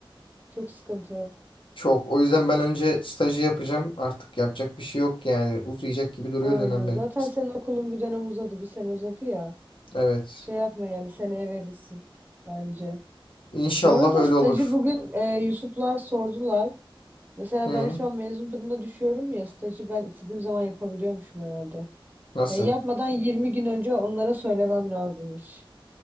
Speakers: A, on the right; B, on the left.
A: Çok sıkıntı.
B: Çok. O yüzden ben önce stajı yapacağım. Artık yapacak bir şey yok yani. Uzayacak gibi duruyor
A: Aynen.
B: dönem benim.
A: Zaten senin okulun bir dönem uzadı. Bir sene uzadı ya.
B: Evet.
A: Şey yapma yani seneye verirsin bence.
B: İnşallah
A: Bu arada
B: öyle
A: stajı
B: olur.
A: bugün e, Yusuflar sordular. Mesela
B: Hı.
A: ben şu an mezun durumda düşüyorum ya stajı ben istediğim zaman yapabiliyormuşum herhalde.
B: Nasıl?
A: Ya yapmadan 20 gün önce onlara söylemem lazımmış.